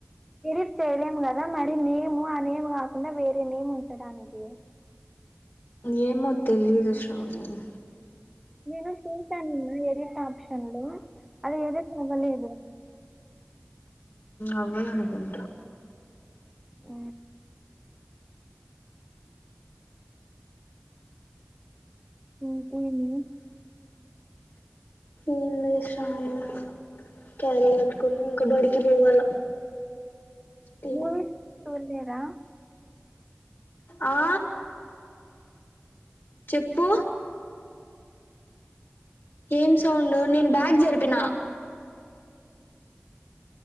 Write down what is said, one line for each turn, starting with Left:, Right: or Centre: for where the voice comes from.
Centre: మీరి చేయలేం కదా మరి నేము ఆ నేము కాకుండా వేరే నేమ్ ఉంచడానికి.
Left: ఏమో తెలీయదు శ్రావు నేన్.
Centre: నేను చూశానున్న ఎరిట్ ఆప్షన్లు అది ఎది తగలేదు.
Left: అవ్వాలనుకుంటా.
Centre: ఆ ఇంకేమి.
Left: ఏం లే శ్రాము. క్యారీ కట్టుకుని ఇంకా బడికి పోవాల. తిని
Centre: మూవీస్ చూడలేదా.
Left: ఆ. చెప్పు. ఏం సౌండ్ నేను బ్యాగ్ జరిపిన.